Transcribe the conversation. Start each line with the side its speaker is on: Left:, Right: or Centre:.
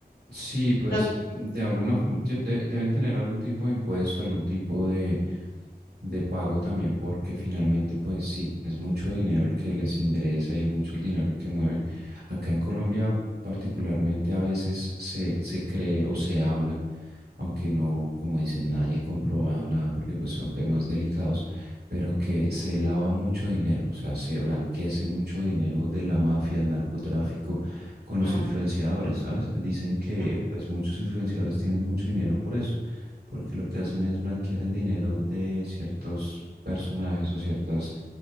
Right: Sí, pues
Left: No,
Right: de alguna, f- yo- de- deben tener algún tipo de impuesto, algún tipo de, de pago también porque finalmente pues sí, es mucho dinero el que les ingresa y es mucho el dinero que mueven. Acá en Colombia particularmente a veces se, se cree o se habla, aunque no, como dicen, nadie comprobado nada porque pues son temas delicados, pero que se lava mucho dinero, o sea, se blanquece mucho dinero de la mafia, del narcotráfico con los
Left: mm,
Right: influenciadores, ¿sabes? Dicen que
Left: mm,
Right: pues muchos influenciadores tienen mucho dinero por eso porque lo que hacen es blanquear el dinero de ciertos personajes o ciertas